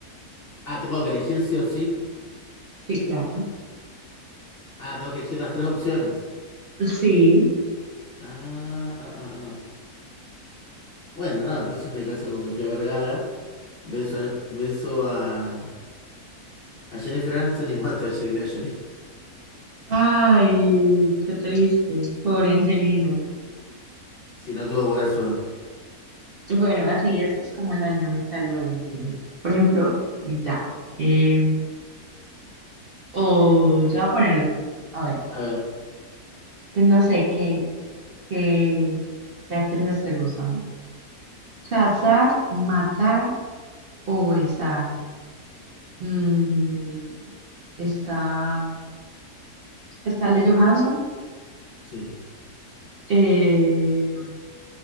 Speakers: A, on the left; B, on the right.
A: Ah, tengo que elegir sí o sí.
B: Sí, claro.
A: Ah, tengo que elegir las tres opciones.
B: Sí.
A: Ah, ah, ah, ah. Bueno, no, entonces me caso con Sofía Vergara. Beso, a- beso a, a Jennifer Aniston y mato a Angelina Jolie. <laughs>
B: Ay, qué triste. Pobre Angelina.
A: Si no tuvo buena suerte.
B: Bueno, así es, es como la dinámica del juego. Entonces, por ejemplo, ya. em, o te voy a poner otra. A ver,
A: A ver,
B: que no sé qué, qué, qué actrices te gustan. Bueno, cazar, matar o besar. Mm, está Scarlett Johansson,
A: sí,
B: eh,